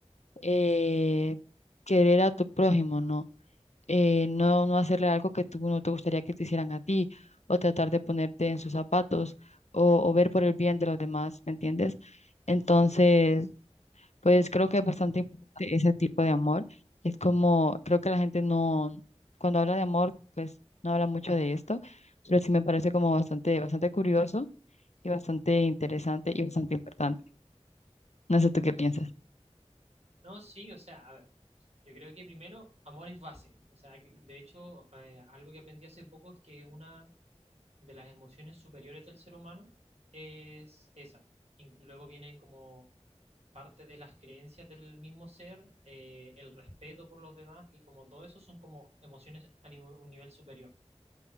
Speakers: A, on the left (about 75°); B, on the right (about 65°).
A: eh, querer a tu prójimo, ¿no? Eh, no, no hacerle algo que tú no te gustaría que te hicieran a ti, o tratar de ponerte en sus zapatos, o, o ver por el bien de los demás, ¿me entiendes? Entonces, pues creo que es bastante importante ese tipo de amor. Es como, creo que la gente no, cuando habla de amor, pues no habla mucho de esto, pero sí me parece como bastante, bastante curioso y bastante interesante y bastante importante. No
B: Mm.
A: sé tú qué piensas.
B: No, sí, o sea, a ver. Yo creo que primero, amor es base. O sea, que- de hecho, eh, algo que aprendí hace poco es que una de las emociones superiores del ser humano es esa. Y luego vienen como parte de las creencias del mismo ser, eh, el respeto por los demás y como todo eso son como emociones a ni- un nivel superior